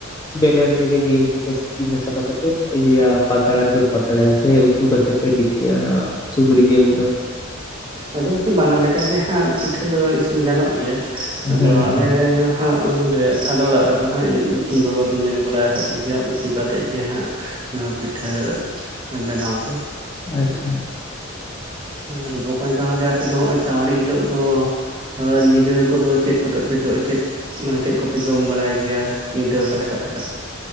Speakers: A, on the left; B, on the right.
A: ᱵᱮᱨᱮᱞ ᱛᱮᱜᱮ ᱡᱤᱞ ᱠᱚᱯᱮ ᱥᱤᱯᱤ ᱢᱮᱥᱟ ᱠᱟᱛᱮ ᱯᱮ ᱤᱭᱟᱹᱭᱟ ᱯᱟᱛᱲᱟ ᱨᱮᱯᱮ ᱯᱟᱛᱲᱟ ᱭᱟ ᱥᱮ ᱩᱛᱩ ᱠᱟᱛᱮ ᱯᱮ ᱯᱤᱴᱷᱟᱹ ᱠᱤ ᱚᱱᱟ ᱥᱩᱠᱨᱤ ᱡᱮᱞ ᱫᱚ?
B: ᱟᱫᱚ ᱵᱟᱠᱷᱟᱱ ᱵᱟᱱᱟᱨ ᱞᱮᱠᱟ ᱜᱮ ᱦᱟᱸᱜ ᱯᱤᱴᱷᱟᱹ ᱫᱚ ᱤᱥᱤᱱ ᱜᱟᱱᱚᱜ ᱜᱮᱭᱟ᱾ ᱟᱫᱚ
A: ᱦᱩᱸ
B: ᱟᱞᱮ ᱫᱚ ᱦᱟᱸᱜ ᱩᱱᱨᱮ ᱟᱞᱮ ᱚᱲᱟᱜ ᱨᱮᱫᱚ ᱦᱟᱸᱜ ᱤᱧ ᱤᱧ ᱵᱟᱵᱟ ᱫᱩᱧ ᱧᱮᱞ ᱵᱟᱲᱟ ᱟᱠᱟᱫᱮ ᱜᱮᱭᱟ ᱩᱛᱩ ᱠᱟᱛᱮᱜ ᱜᱮ ᱦᱟᱸᱜ ᱱᱚᱣᱟ ᱯᱤᱴᱷᱟᱹ ᱵᱮᱱᱟᱣ ᱫᱚ᱾
A: ᱟᱪᱪᱷᱟ᱾
B: ᱟᱨ ᱵᱚᱠᱚᱧ ᱛᱟᱦᱞᱮ ᱟᱯᱮ ᱫᱚ ᱦᱚᱸᱜᱼᱚᱭ ᱪᱟᱸᱣᱲᱤ ᱦᱤᱞᱳᱜ ᱫᱚ ᱟ ᱧᱤᱫᱟᱹ ᱠᱚᱫᱚ ᱪᱮᱫ ᱠᱚᱛᱮᱯ ᱯᱮ ᱡᱚ ᱪᱮᱫ ᱢᱟᱱᱮ ᱪᱮᱫ ᱠᱚᱯᱮ ᱡᱚᱢ ᱵᱟᱲᱟᱭ ᱜᱮᱭᱟ? ᱧᱤᱫᱟᱹ ᱚᱠᱟ ᱞᱮᱠᱟ ᱯᱮ ᱠᱟᱴ